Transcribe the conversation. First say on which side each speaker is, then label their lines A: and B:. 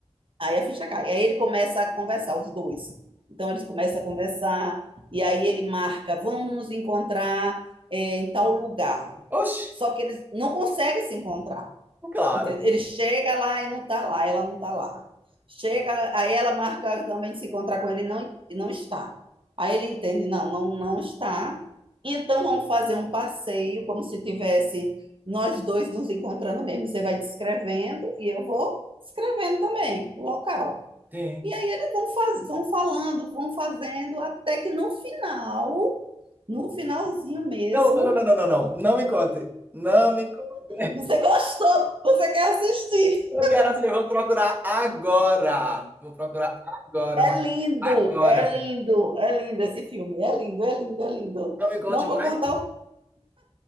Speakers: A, on the right; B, on the right.
A: aí a ficha cai. Aí ele começa a conversar, os dois. Então eles começam a conversar, e aí ele marca, vamos nos encontrar eh, em tal lugar.
B: Oxe,
A: Só que eles não conseguem se encontrar.
B: claro.
A: Entende? Ele chega lá e não está lá, ela não está lá. Chega, aí ela marca também de se encontrar com ele, e não, e não está. Aí ele entende, não, não, não está. Então vamos fazer um passeio, como se tivesse nós dois nos encontrando mesmo. Você vai descrevendo e eu vou escrevendo também o local.
B: Sim.
A: E aí eles vão, faz, vão falando, vão fazendo, até que no final, no finalzinho mesmo,
B: Não, não, não, não, não, não, não. Não me conte. Não me conte.
A: você gostou, você quer assistir.
B: Eu quero saber. Vou procurar agora. Vou procurar agora.
A: É
B: Vou fazer
A: lindo,
B: agora.
A: é lindo, é lindo esse filme. É lindo, é lindo, é lindo.
B: Não me conte
A: Não vou
B: mais.
A: contar, o-